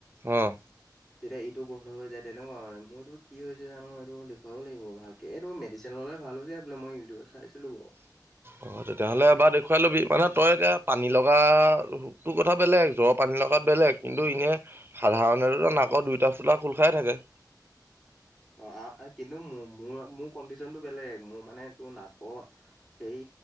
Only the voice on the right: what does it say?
অঁ।
অ তেতিয়াহ'লে এবাৰ দেখুৱাই ল'বি, মানে তই এতিয়া পানী লগা তোৰ কথা বেলেগ জ্বৰ পানী লগাত বেলেগ কিন্তু এনেই সাধাৰণতে নাকৰ দুইটা ফোতা খোল খাই থাকে।